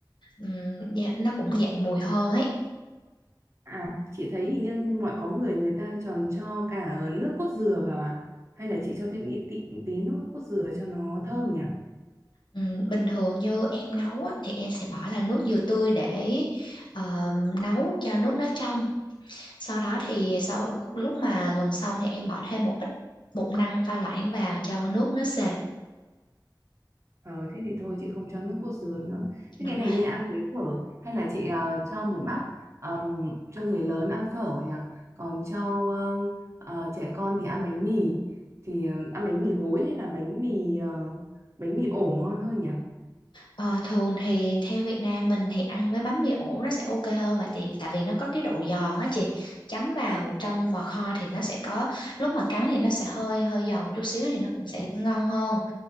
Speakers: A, on the left; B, on the right.
A: Ừm, dạ, nó cũng dậy mùi hơn ấy.
B: À, chị thấy hình như mọi có người người ta tròn cho cả ờ, nước cốt dừa vào à? Hay là chị cho thêm ít tí, tí nước cốt dừa cho nó thơm nhỉ?
A: Ừm, bình thường như em nấu á, thì em sẽ bỏ là nước dừa tươi để ờ, nấu cho nước nó trong. Sau đó thì sau lúc mà gần xong thì em bỏ thêm một ít bột năng pha loãng vào cho nước nó sệt.
B: Ờ, thế thì thôi chị không cho nước cốt dứa nữa.
A: Đúng
B: Thế cái này
A: rồi.
B: nên ăn với phở hay là chị ờ, cho một bát ờm, cho người lớn ăn phở nhỉ? Còn cho ờm, ờ, trẻ con thì ăn bánh mì thì ờ, ăn bánh mì gối hay là bánh mì ờ, bánh mì ổ ngon hơn nhỉ?
A: Ờ, thường thì theo Việt Nam mình thì ăn với bánh mì ổ nó sẽ ok hơn và thì tại vì nó có cái độ giòn á chị. Chấm vào trong bò kho thì nó sẽ có lúc mà cắn thì nó sẽ hơi hơi giòn một chút xíu thì nó cũng sẽ ngon hơn.